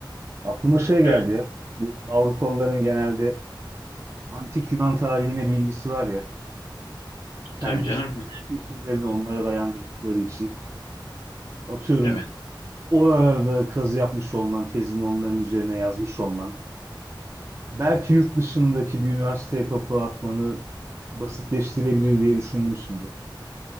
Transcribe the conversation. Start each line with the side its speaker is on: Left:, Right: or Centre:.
Right: Aklıma şey geldi
Left: evet
Right: ya. Bu Avrupalıların genelde antik Yunan tarihine bir ilgisi var ya. Kendi
Left: tabii canım.
Right: kültürlerini onlara dayandırdıkları için. Atıyorum
Left: Evet.
Right: oralarda kazı yapmış olman, tezini onların üzerine yazmış olman, belki yurt dışındaki bir üniversiteye kapı atmanı basitleştirebilir diye düşündüm şimdi.